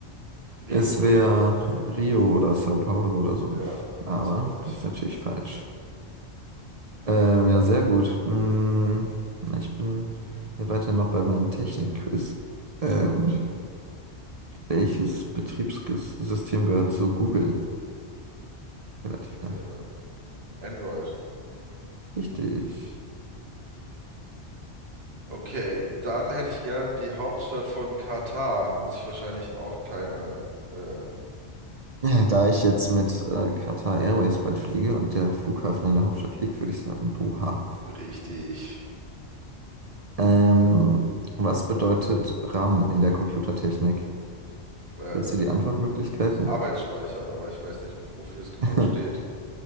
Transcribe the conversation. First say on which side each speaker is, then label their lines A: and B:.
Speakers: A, on the right; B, on the right.
A: Rio
B: es wäre
A: oder so.
B: Rio oder Sao Paulo oder so.
A: Ja, es
B: Aber
A: ist aber nicht.
B: das ist natürlich falsch. Ähm, ja, sehr gut. Mm, ich bin hier weiter noch bei meinem Technik-Quiz. Ähm,
A: Sehr gut.
B: welches Betriebssystem gehört zu Google? Relativ
A: Äh,
B: einfach.
A: Android.
B: Richtig.
A: Okay, dann hätte ich gern die Hauptstadt von Katar. Muss ich wahrscheinlich auch keine äh,
B: Äh, Da ich jetzt mit äh, Qatar Airways bald fliege und der Flughafen in der Hauptstadt liegt, würde ich sagen Doha.
A: richtig.
B: Ähm, was bedeutet RAM in der Computertechnik?
A: Äh,
B: Willst du die Antwortmöglichkeiten?
A: das ist Arbeitsspeicher, aber ich weiß nicht, wofür es genau
B: <laughs>
A: steht.